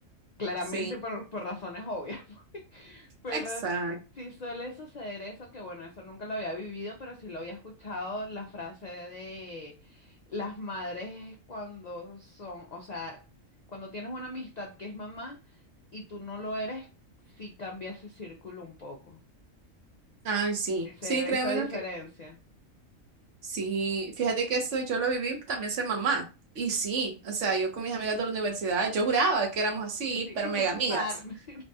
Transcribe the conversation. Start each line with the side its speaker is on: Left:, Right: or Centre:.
Left: Claramente
Right: Sí,
Left: por, por razones obvias. Pero
Right: exacto.
Left: sí suele suceder eso, que bueno, eso nunca lo había vivido, pero sí lo había escuchado, la frase de las madres cuando son, o sea, cuando tienes una amistad que es mamá y tú no lo eres, sí cambia ese círculo un poco.
Right: Ay, sí.
Left: Sí Se
Right: Sí,
Left: ve
Right: créeme
Left: esa diferencia.
Right: lo que. Sí, fíjate que esto yo lo viví, también soy mamá. Y sí, o sea, yo con mis amigas de la universidad, yo juraba que éramos así,
Left: Sí,
Right: pero
Left: <laughs>
Right: mega amigas.
Left: partner.